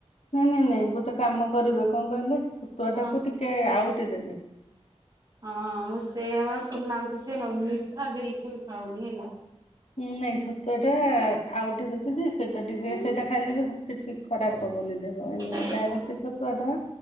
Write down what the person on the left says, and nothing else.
ନାଇଁ ନାଇଁ ନାଇଁ ଗୋଟେ କାମ କରିବେ ଙ୍କ କହିଲେ ଛତୁଆ
ଟାକୁ ଟିକେ ଆଉଟି ଦେବେ।
ହୁଁ ନାଇଁ ଛତୁଆ ଟା ଆଉଟି ଦେବୁଜେ ସେ ଟେଡି ଦିଏ ସେଇଟା ଖାଇଲେ ବି କିଛି ଖରାପ ହବନି ଦେହ ଏମିତି
ଡାଇରେକ୍ଟ ଛତୁଆ ଟା